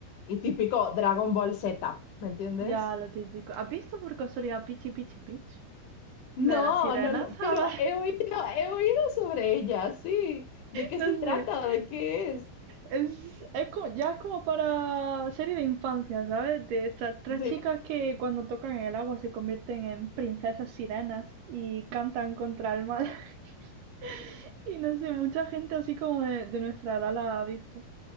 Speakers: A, on the left (about 70°); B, on the right (about 80°).
A: Y típico Dragon Ball Z, ¿me entiendes?
B: Ya, lo típico. ¿Has visto por casualidad Pichi Pichi Pitch?
A: No,
B: La de las sirenas,
A: no, lo-
B: <laughs> a
A: pero
B: ver,
A: he oído, he oído sobre ella, sí. ¿De qué
B: no
A: se trata?
B: sé.
A: ¿De qué es?
B: Es, es como, ya es como para serie de infancia, ¿sabes? De estas tres
A: ¿Sí?
B: chicas que cuando tocan el agua se convierten en princesas sirenas y cantan contra el mal. <laughs> Y no sé, mucha gente así como de, de nuestra edad la ha visto.